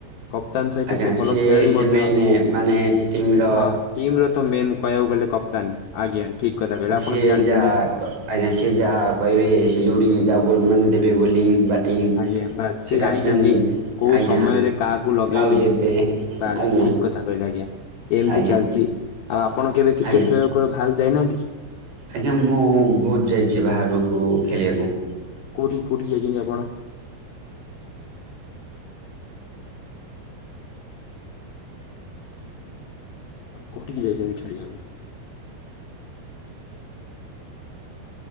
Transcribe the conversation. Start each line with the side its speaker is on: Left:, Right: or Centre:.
Left: କପ୍ତାନ୍ ସହିତ
Right: ଆଜ୍ଞା
Left: ସେ ଭଲ
Right: ସିଏ
Left: ଖେ ଖେଳାଳି
Right: ସେ
Left: ମଧ୍ୟ।
Right: ମେନ୍ ମାନେ ଟିମ୍ ର
Left: ହଁ ଟିମ୍ ର ତ ମେନ୍ କହିବାକୁ ଗଲେ କପ୍ତାନ୍। ଆଜ୍ଞା। ଠିକ କଥା କହିଲେ
Right: ଆ ସିଏ
Left: ଆପଣ ତ ଜାଣିଛନ୍ତି
Right: ଯାହା କ ଆଜ୍ଞା ସିଏ ଯାହା କହିବେ ସିଏ ଯୋଉଠି <unintelligible> ମାନେ ଦେବେ ବୋଲି ବା <unintelligible>
Left: ଆଜ୍ଞା ବାସ୍
Right: ସେ
Left: ଜାଣିଛନ୍ତି
Right: କ୍ୟାପ୍ଟେନ୍
Left: କୋଉ
Right: ଆଜ୍ଞା
Left: ସମୟରେ କାହାକୁ ଲଗେଇଲେ
Right: କାହା କୁ ଦେବେ।
Left: ବାସ୍
Right: ଆଜ୍ଞା
Left: ଠିକ୍ କଥା କହିଲେ ଆଜ୍ଞା। ଏମ୍ତି
Right: ଆଜ୍ଞା
Left: ଚାଲିଚି। ଆଉ ଆପଣ କେବେ କ୍ରିକେଟ୍
Right: ଆଜ୍ଞା
Left: ଖେଳିବାକୁ କୁଆଡ଼େ ବାହାରକୁ ଯାଇନାହାନ୍ତି?
Right: ଆଜ୍ଞା ମୁଁ ବହୁତ୍ ଯାଇଚି ବାହାରୁକୁ ଖେଳିଆକୁ।
Left: କୋଉଠିକି କୋଉଠିକି ଯାଇଚନ୍ତି ଆପଣ? ଆପଣ କୋଉଠିକି ଯାଇଛନ୍ତି ଖେଳିଆକୁ?